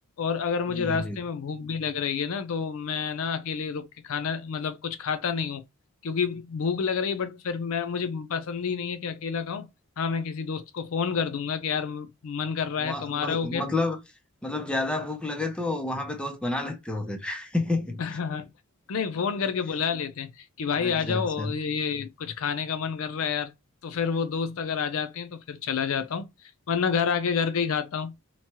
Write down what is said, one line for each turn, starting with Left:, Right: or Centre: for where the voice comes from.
Left: और अगर मुझे
Centre: जी
Left: रास्ते
Centre: जी
Left: में भूख भी लग रही है ना तो मैं ना अकेले रुक के खाना मतलब कुछ खाता नहीं हूँ क्योंकि भूख लग रही है बट फिर मैं मुझे पसंद ही नहीं है कि अकेला खाऊं हाँ मैं किसी दोस्त को फोन कर दूंगा कि यार म- मन कर रहा
Centre: वहाँ
Left: है तुम्हारा
Centre: मत-
Left: हो क्या
Centre: मतलब मतलब ज्यादा भूख लगे तो वहां पे दोस्त बना लेते हो फिर
Left: <laughs> नहीं फोन करके
Centre: <laughs>
Left: बुला लेते हैं कि भाई
Centre: अच्छा
Left: आ जाओ
Centre: अच्छा
Left: ये कुछ खाने का मन कर रहा है यार तो फिर वो दोस्त अगर आ जाते हैं तो फिर चला जाता हूँ वरना घर आके घर का ही खाता हूँ